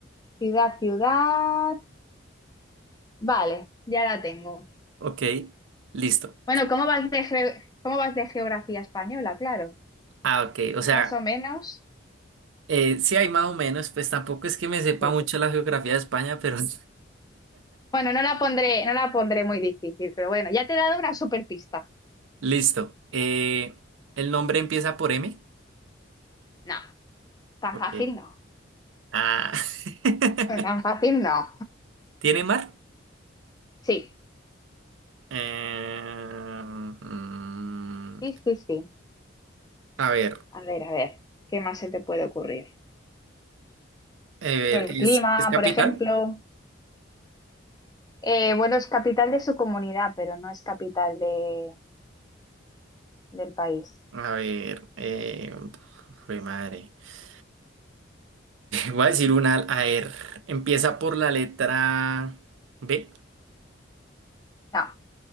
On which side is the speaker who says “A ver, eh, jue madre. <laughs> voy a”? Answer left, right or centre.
Right